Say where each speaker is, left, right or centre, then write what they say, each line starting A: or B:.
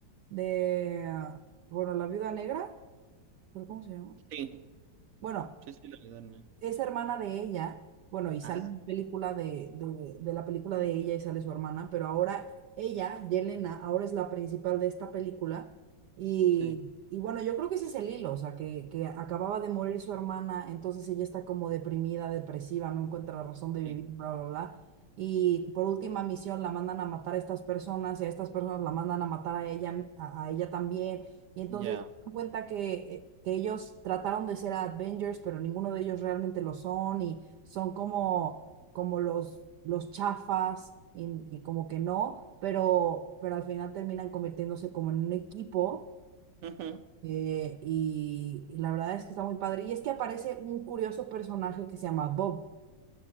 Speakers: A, on the right (about 70°); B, on the right (about 85°).
A: de, ah, bueno, la viuda negra, pero ¿cómo se llama?
B: sí,
A: Bueno,
B: sí, sí, lo de Donner.
A: es hermana de ella, bueno, y sale
B: Ah,
A: en la película de, de, de la película de ella y sale su hermana, pero ahora ella, Yelena, ahora es la principal de esta película y,
B: sí,
A: y bueno, yo creo que ese es el hilo, o sea, que, que acababa de morir su hermana, entonces ella está como deprimida, depresiva, no encuentra la razón de vivir,
B: sí,
A: bla, bla, bla. Y por última misión la mandan a matar a estas personas y a estas personas la mandan a matar a ella, a a ella también. Y entonces
B: ya.
A: cuenta que, eh, que ellos trataron de ser Avengers, pero ninguno de ellos realmente lo son y son como, como los, los chafas y, y como que no, pero, pero al final terminan convirtiéndose como en un equipo
B: Ujú,
A: eh, y, y la verdad es que está muy padre. Y es que aparece un curioso personaje que se llama Bob.